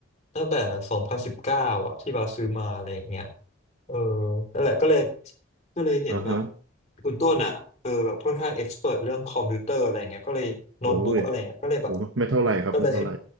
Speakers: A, on the left (about 35°); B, on the right (about 75°).
A: ตั้งแต่สองพันสิบเก้าอะที่บาสซื้อมาอะไรอย่างเงี้ยเออนั่นแหละก็เลยก็เลยเห็นแบบ
B: อ่าฮะ
A: คุณต้นอ่ะเออแบบค่อนข้างเอ็กซ์เพรเรื่องคอมพิวเตอร์อะไรเงี้ยก็เลยโน้ตบุ๊กอะไรเงี้ยก็เลยแบบ
B: โอ้ยโอ้ไม่เท่าไหร่ครับไม่เท่าไหร่
A: ก็เลย